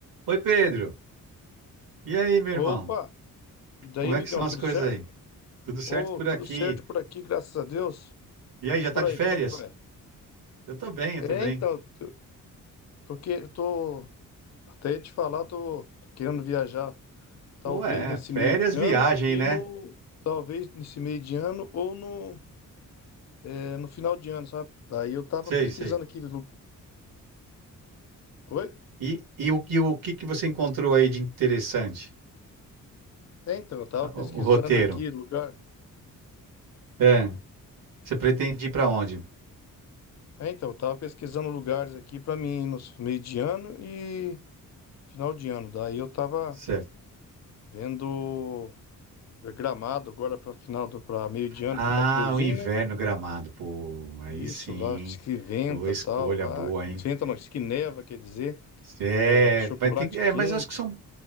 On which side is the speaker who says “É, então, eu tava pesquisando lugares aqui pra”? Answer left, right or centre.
Left